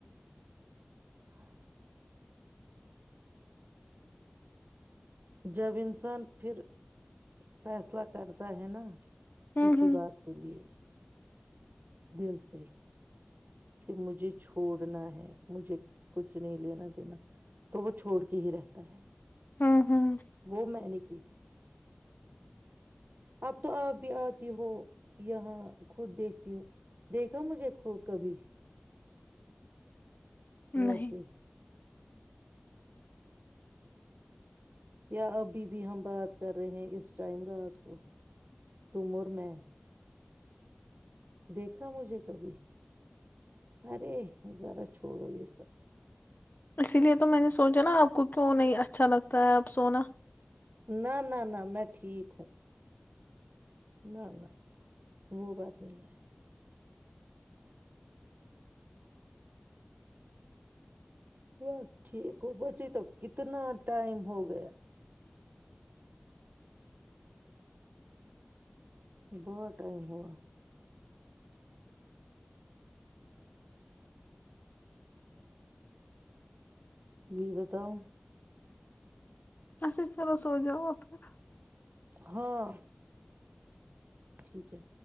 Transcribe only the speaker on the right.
ہاں جب انسان پھر فیصلہ کرتا ہے نا
کسی
بات کے لیے دل سے کہ مجھے چھوڑنا ہے مجھے کچھ نہیں لینا دینا تو وہ چھوڑ کے ہی رہتا ہے
وہ میں نے اب تو آپ بھی آتی ہو یہاں خود دیکھتی ہو دیکھا مجھے خوب کبھی ویسے
ہی کیا ابھی بھی ہم بات کر رہے ہیں اس ٹائم رات کو تم اور میں دیکھا مجھے کبھی ارے ہذارا چھوڑو یہ سب
نہ نہ نہ میں ٹھیک ہوں نہ نہ وہ بات نہیں ہے بس ٹھیک ہو بچی تو کتنا ٹائم ہو گیا ب ٹائم ہوا جی بتاؤ
ہاں ٹھیک ہے